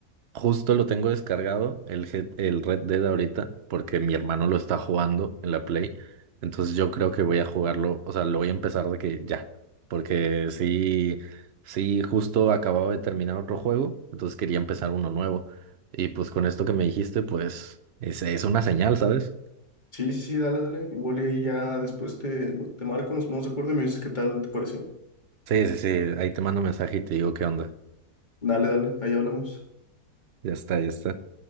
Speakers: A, on the right; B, on the left.
A: Justo lo tengo descargado, el, Head- el Red Dead ahorita, porque mi hermano lo está jugando en la Play. Entonces yo creo que voy a jugarlo, o sea, lo voy a empezar de que ya. Porque sí, sí, justo acababa de terminar otro juego, entonces quería empezar uno nuevo. Y pues con esto que me dijiste, pues es, es una señal, ¿sabes?
B: Sí, sí, sí, dale, dale. Igual y ahí ya después te, te marco, nos ponemos de acuerdo y me dices qué tal te pareció.
A: Sí, sí, sí, ahí te mando mensaje y te digo qué onda.
B: Dale, dale, ahí hablamos.
A: Ya está, ya está.